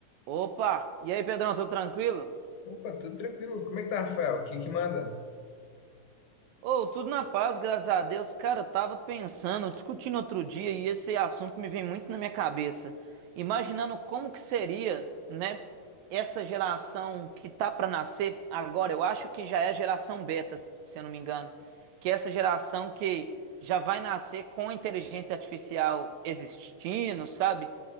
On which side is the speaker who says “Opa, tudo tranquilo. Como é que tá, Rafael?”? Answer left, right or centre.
Left